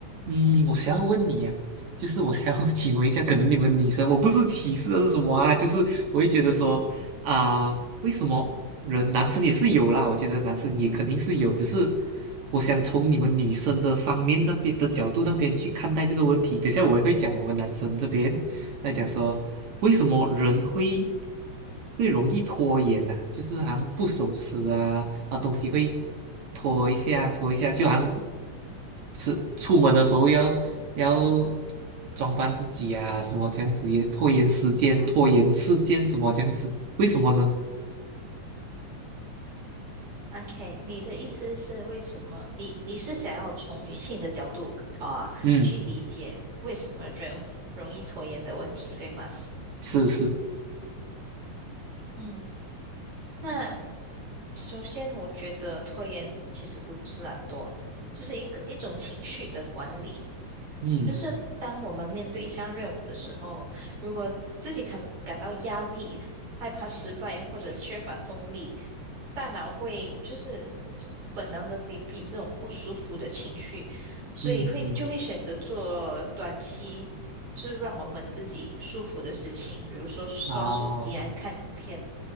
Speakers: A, on the right; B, on the right.
A: 嗯，我想要问你呀、就是我想要 <laughs> 请问一下，可能你们女生，我不是歧视还是什么啊，就是我会觉得说啊、
B: 嗯
A: 为什么人男生也是有啦，我觉得男生也肯定是有，只是我想从你们女生的方面那边的角度那边去看待这个问题。等一下我也会讲我们男生这边，在讲说为什么人会会容易拖延呢、就是好像不守时啊啊，东西会拖一下拖一下，就好像是出门的时候要要装扮自己啊，什么这样子也拖延时间、拖延时间什么这样子，为什么呢？
B: ，OK，你的意思是为什么？你你是想要从女性的角度啊，
A: 嗯，
B: 去理解为什么人容易拖延的问题，对吗？
A: 是是，
B: 嗯，那首先我觉得拖延其实不是懒惰，就是一个一种情绪的管理。
A: 嗯
B: 就是当我们面对一项任务的时候，如果自己感感到压力、害怕失败或者缺乏动力，大脑会就是本能的回避这种不舒服的情绪，所以会就会选择做短期就是让我们自己舒服的事情，
A: 嗯嗯，
B: 比如说刷手机啊、
A: 哦，
B: 看影片，